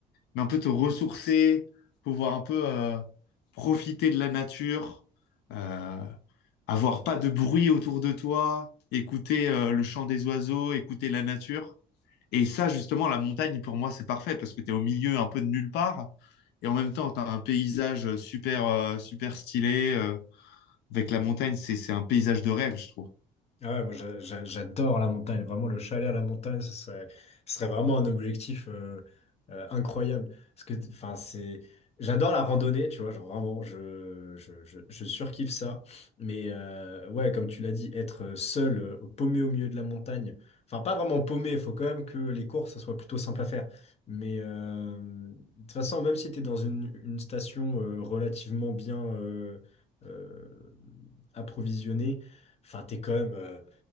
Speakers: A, on the left (about 80°); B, on the left (about 40°).
A: mais un peu te ressourcer, pouvoir un peu euh, profiter de la nature, euh, avoir pas de bruit autour de toi, écouter euh, le chant des oiseaux, écouter la nature. Et ça, justement, la montagne, pour moi, c'est parfait parce que tu es au milieu un peu de nulle part. Et en même temps, tu as un paysage super, euh, super stylé. euh, avec la montagne, c'est, c'est un paysage de rêve, je trouve.
B: Ah ouais, moi j'a- j'a- j'adore la montagne, vraiment le chalet à la montagne, ce serait, ce serait vraiment un objectif euh, euh, incroyable. Parce que, enfin, c'est, j'adore la randonnée, tu vois, genre vraiment, je, je, je, je surkiffe ça. Mais euh, ouais, comme tu l'as dit, être seul, euh, paumé au milieu de la montagne, enfin, pas vraiment paumé, il faut quand même que les courses, ça soit plutôt simple à faire. Mais euh, de toute façon, même si tu es dans une, une station euh, relativement bien euh, euh, approvisionnée, Enfin, t'es quand même, euh,